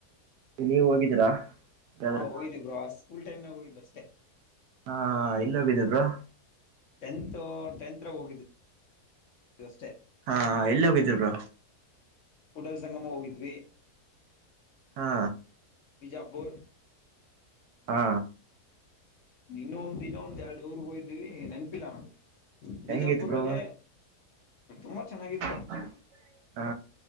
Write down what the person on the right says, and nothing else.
ನೀವ ಹೋಗಿದ್ದೀರಾ ಯಾದ್ರು
ಹಾ, ಎಲ್ಲಿ ಹೋಗಿದ್ದೆ ಬ್ರೊ? -
ಹಾ, ಹಾ ಎಲ್ಲಿ ಹೋಗಿದ್ರಿ ಬ್ರೋ?
ಹಾ,
ಹಾ,
ಹೆಂಗಿತ್ ಬ್ರೋ
<unintelligible> ಹಾ